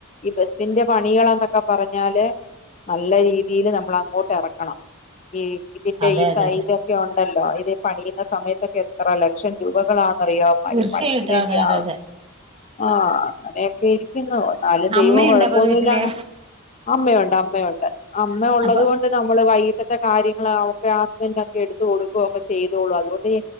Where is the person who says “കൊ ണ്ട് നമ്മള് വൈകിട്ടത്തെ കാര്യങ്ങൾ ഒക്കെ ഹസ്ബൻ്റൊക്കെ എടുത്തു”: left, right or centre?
Left